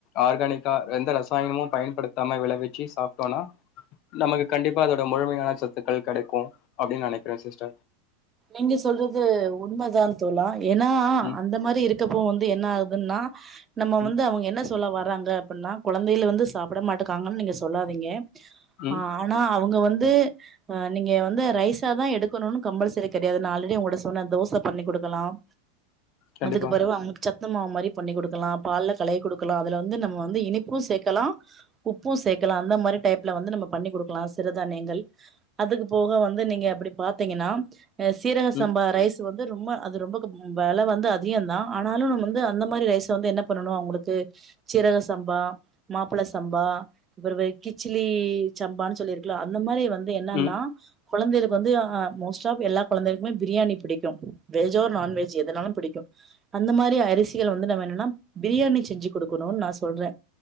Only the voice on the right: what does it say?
நீங்க சொல்றது உண்மதா தோலா ஏன்னா
அந்த மாதிரி இருக்கப்போ வந் து என்ன ஆகுதுன்னா நம்ம
வந்து அவங்க என்ன சொல்ல வர்றாங்க அப்புட்ன்னா குழந்தையில வந்து சாப்பிட மாட்டுக்காங்கன்னு நீங்க சொல்லாதீங்க
ஆஹ் ஆனா அவுங் வுங்க வந்து நீங்க வந்து ரைசா தா எடுக்கணும் கம்பல்சரி கிடையாதுண்ணா ஆல்ரெடி உங்கட்டா சொன்னே தோச பண்ணி குடுக்கலாம்
அதுக்கு பெறவு அவனுக்கு சத் சத்துமாவு மாரி பண்ணி குடுக்கலா பால்ல களய கொடு க்கலாம் அதுல வந்து நம்ம வந்து இனிப்பும் சேக்கலாம் உப்பும் சேர்க்கலா அந்த மாதிரி டைப்ல வந்து நம்ம பண்ணி குடுக்கலா சிறுதானியங்கள் அதுக்கு போக வந்து நீங்க அப்படி பாத்தீங்கன்னா சீரக சம்பா
ரைஸ் வந்து ரொம்ப அது ரொம்ப இப்ப வெல வந்து அதிகந்தா ஆனாலு நம்ம வந்து அந்த மாரி ரைசை வந்து என்ன பண்ணனு அவங்களுக்கு சீரக சம்பா, மாப்பிள சம்பா, பிறவு கிச்சிலி சம்பான்னு சொல்லிருக்குல்ல அந்த மாரி வந் து என்னன்னா
கொழந்தைகளுக்கு வந்து அ மோஸ்ட் ஆஃப் எல்லா கொழந்தைகளுக்குமே பிரியாணி பிடிக்கு வெஜ் ஆர் நான்வெஜ் எதுனாலு பிடிக்கு அந்த மாரி அரிசிகள் வந்து நம்ம என்னன்னா பிரியாணி செஞ்சு குடு க்குணுனு நா சொல்றே